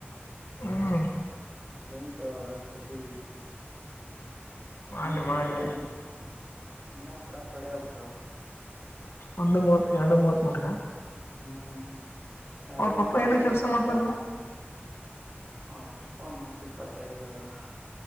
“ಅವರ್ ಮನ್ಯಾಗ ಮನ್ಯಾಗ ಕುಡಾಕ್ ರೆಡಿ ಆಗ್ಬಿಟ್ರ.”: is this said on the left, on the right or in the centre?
Right